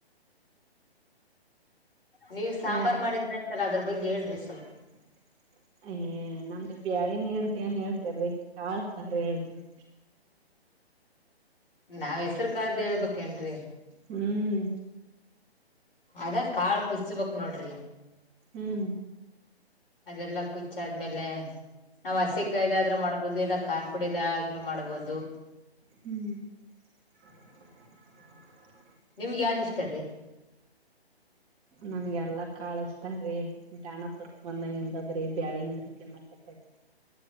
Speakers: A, on the left; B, on the right.
A: ನೀವ್ ಸಾಂಬಾರ್
B: ಅಯ
A: ಮಾಡಿದ್ರ ಅಂತೆಲ್ಲಾ ಅದ್ರ ಬಗ್ಗೆ ಹೇಳ್ರಿ ಸ್ವಲ್ಪ್
B: <inaudible> ಅಯ್ಯಯ್ಯ ನಮ್ದು ಬ್ಯಾಳೆ ನೀರ್ದ ಏನ್ ಹೇಳ್ತಾರಿ ಕಾಳ್ ಸಾರ ಹೇಳ್ರಿ
A: ನಾವ್ ಹೆಸರು ಕಾಳ್ದ ಹೇಳ್ಬೇಕೇನರೀ
B: ಹುಂ
A: ಅದ ಕಾಳ ಕುದಿಸಬೇಕ ನೋಡ್ರಿ
B: ಹೂಂ
A: ಅದೆಲ್ಲಾ ಕುಚ್ಚ ಆದ್ಮೇಲೆ ನಾವು ಹಸಿ ಕಾಯ್ದಾದ್ರೂ ಮಾಡ್ಬಹದು ಇಲ್ಲಾ ಕಾರ್ ಪುಡಿದಾಗ್ಲೂ ಮಾಡ್ಬಹುದು
B: ಹುಂ <inaudible>
A: ನಿಮ್ಗೆ ಯಾವ್ದ ಇಷ್ಟಾ ರೀ
B: ನಮ್ಗೆ ಎಲ್ಲಾ ಕಾಳ ಇಷ್ಟಾ ರೀ ದಾಣಪುರ್ ಬಂದಾಗಿನಿಂದ ಬರೀ ಬ್ಯಾಳಿ ಅಟ್ಟ ತಿನಾಕತೆ ತೀ